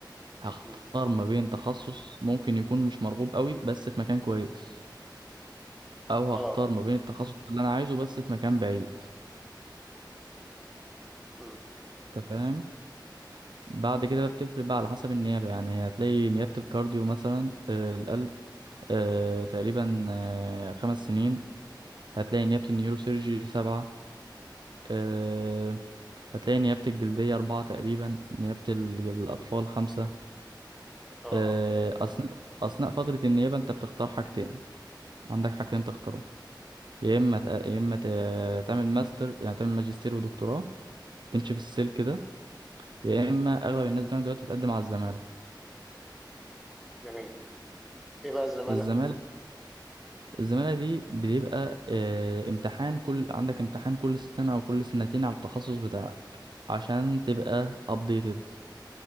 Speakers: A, on the right (about 70°); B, in the centre.
A: هختار
B: امم
A: ما بين تخصص ممكن يكون مش مرغوب قوي بس في مكان كويس او
B: اه
A: هختار ما بين التخصص اللي انا عايزه بس في مكان بعيد
B: امم
A: انت فاهم بعد كده بقى بتفرق بقى على حسب النيابة يعني هتلاقي نيابة الكارديو مثلا آه القلب آه تقريبا آه خمس سنين هتلاقي نيابة النيوروسيرجي سبعة آه
B: ايوه
A: هتلاقي نيابة الجلدية أربعة تقريبا نيابة الج- الأطفال خمسة
B: اه
A: آه
B: اه
A: أثناء أثناء فترة النيابة أنت بتختار حاجتين عندك حاجتين تختارهم يا اما تق- يا اما ت- تعمل ماستر يعني تعمل ماجستير ودكتوراه تمشي في السلك ده يا اما اغلب الناس بتعمل دلوقتي بتقدم على الزماله
B: جميل ايه بقى الزمالة
A: الزماله الزماله دي بيبقى آه، امتحان كل عندك امتحان كل سنه او كل سنتين على التخصص بتاعك عشان تبقى updated